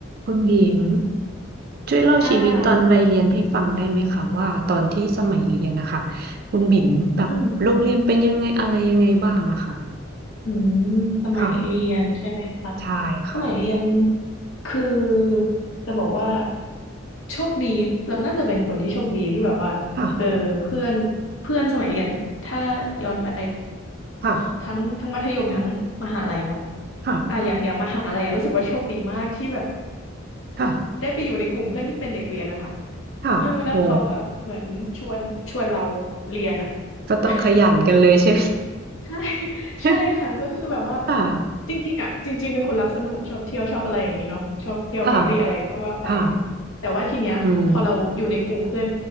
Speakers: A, on the right; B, on the left.
A: คุณหญิงช่วยเล่าชีวิตตอนวัยเรียนให้ฟังได้ไหมคะว่าตอนที่สมัยเรียนนะคะ
B: ค่ะ
A: คุณบิ่มแบบโรงเรียนเป็นยังไงอะไรยังไงบ้างอะค่ะ
B: อืมอืมสมัยเรียนใช่ไหมคะ
A: ค่ะใช่ค่ะ
B: สมัยเรียนคือจะบอกว่าโชคดีเราน่าจะเป็นคนที่โชคดีที่แบบว่าเจอเพื่อนเพื่อนสมัยเรียนถ้าย้อนไป
A: ค่ะค่ะ
B: ทั้งทั้งมัธยมทั้งมหาลัยเนาะ
A: ค่ะ
B: อ่ะอย่างอย่างมหาลัยอะรู้สึกว่าโชคดีมากที่แบบ
A: ค่ะ
B: ได้ไปอยู่ในกลุ่มเพื่อนที่เป็นเด็กเรียนนะคะ
A: ค่ะโอ้
B: เออแล้วเขาแบบเหมือนชวนชวนเราเรียนอะ
A: ก็ต้องขยันกันเลยใช่ไหม
B: <laughs> ใช่ <laughs>
A: <laughs>
B: ใช่ค่ะก็คือแบบว่า
A: ค่ะ
B: จริงๆอ่ะจริงๆเป็นคนรักสนุกชอบเที่ยวชอบอะไรอย่างนี้เนาะชอบเที่ยวปาร์ตี้อะไรก็ว่าไป
A: ค่ะค่ะ
B: แต่ว่าทีเนี้ยพอเราอยู่ในกลุ่มเพื่อน
A: อืม